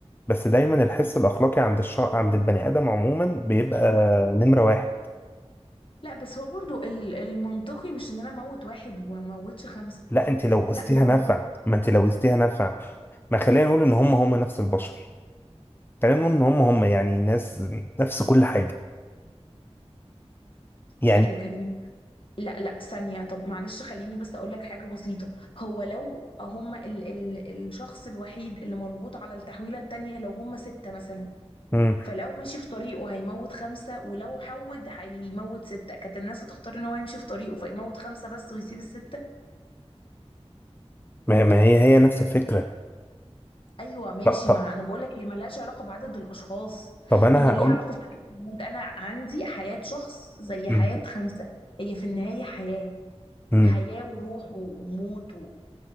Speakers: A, on the left (about 20°); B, on the left (about 50°).
A: بس دايما الحس الاخلاقي عند الش... عند البني ادم عموما بيبقى نمره واحد
B: لا بس هو برضو ال- المنطقي مش ان انا اموت واحد وموتش خمسه
A: لا انت لو قستيها
B: لا برضو
A: نفع ما انت لو قستيها نفع ما خلينا نقول ان هم هم نفس البشر خلينا نقول ان هم هم يعني ناس نفس كل حاجه يعني
B: لا يا كريم لا لا ثانيه طب معلش خليني بس اقول لك حاجه بسيطه هو لو هم ال ال الشخص الوحيد اللي مربوط على التحويله التانيه لو هم سته مثلا
A: مم.
B: فلو مشي في طريقه هيموت خمسه ولو حود هيموت سته كانت الناس هتختار ان هو يمشي في طريقه فيموت خمسه بس ويسيب السته
A: ما ما هي هي نفس الفكره
B: ايوه ماشي
A: طب, طب,
B: ما انا بقول لك هي ملهاش علاقه بعدد الاشخاص
A: طب انا
B: هي
A: هقول
B: ليها علاقه بفكره الموت انا عندي حياه شخص زي
A: مم.
B: حياه خمسه هي في النهايه حياه
A: مم.
B: حياه وروح وموت و...